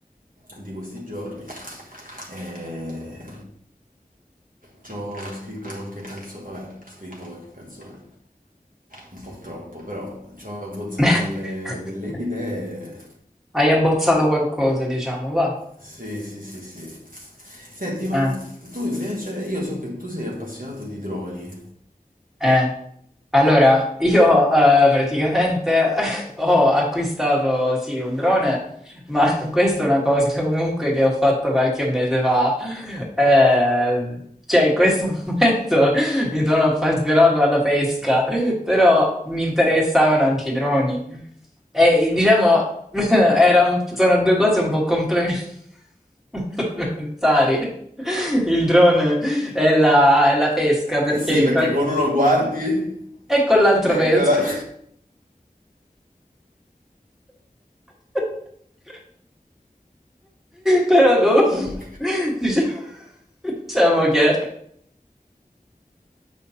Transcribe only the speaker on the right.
di questi giorni. E... Ci ho scritto qualche canzone, vabbè, ho scritto qualche canzone, un po' troppo, però ci ho abbozzato
delle, delle idee
Sì, sì, sì, sì. Senti, ma
tu invece, io so che tu sei appassionato di droni.
Eh sì,
perché
con uno guardi,
eccola,
<laughs>
ho,